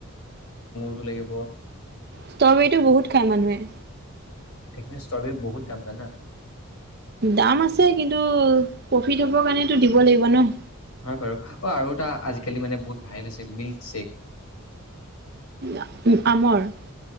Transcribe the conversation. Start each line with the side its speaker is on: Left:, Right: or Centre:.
Left: টো লাগিব।
Right: ষ্ট্ৰবেৰীটো বহুত খায় মানুহে।
Left: তুমি ষ্ট্ৰবেৰী বহুত দাম জানা।
Right: দাম আছে কিন্তু প্ৰফিট হ'ব কাৰণেটো দিব লাগিব ন।
Left: হয় বাৰু অ আৰু এটা আজিকালি মানে বহুত ভাল হৈছে মিল্কশ্বেক।
Right: আ- আমৰ ।